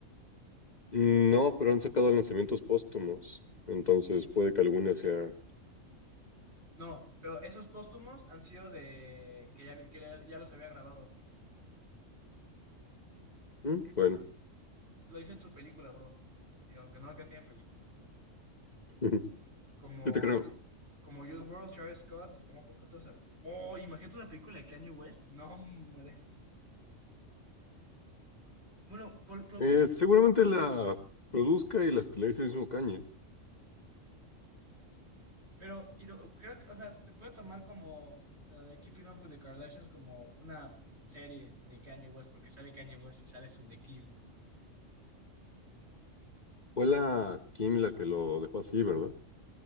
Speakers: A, on the left (about 35°); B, on the right (about 55°).
A: Mm, No, pero han sacado lanzamientos póstumos, entonces puede que alguna sea...
B: No, pero esos póstumos han sido de que ya, vi- que ya ya los había grabado.
A: Mm, Bueno,
B: Lo hice en su película, bro. Y aunque no, que hacía película.
A: <laughs>
B: Como
A: yo te creo.
B: Como Juice WRLD, Travis Scott, y no me acuerdo qué otros. ar- Oh, imagínate una película de Kanye West. No, hombre. Bueno, por, por
A: Eh,
B: teoría-
A: seguramente la produzca y las televisiones el mismo Kanye.
B: pero y lo- creo que, o sea, se puede tomar como la de Keeping Up with the Kardashians como una serie de Kanye West, porque sale Kanye West y sale su declive.
A: Fue la Kim la que lo dejó así, ¿verdad?